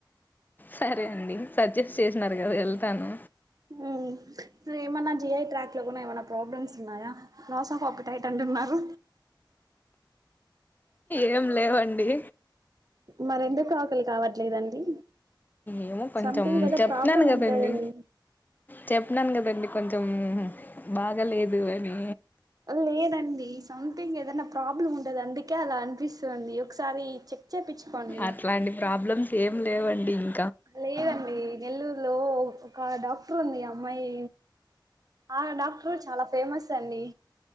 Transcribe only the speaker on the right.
ఉమ్ ఏమన్నా జిఐ ట్రాక్ లో కూడా ఏమనా ప్రాబ్లమ్స్ ఉన్నాయా లాసఫ్ ఒక్క టైట్ అంటున్నారు.
మరెందుకు ఆకలి కావట్లేదండి
సంథింగ్ ఏదో
ప్రాబ్లం
ఉంటదండి
లేదండి సంథింగ్ ఏదన్న ప్రాబ్లం ఉంటది అందుకే అలా అనిపిస్ స్తుంది ఒకసారి చెక్ చేపించుకోండి
లేదండి నెల్లూరు లో ఒక డాక్టర్ ఉంది అమ్మాయి ఆ డాక్టరు చాలా ఫేమస్ అండి.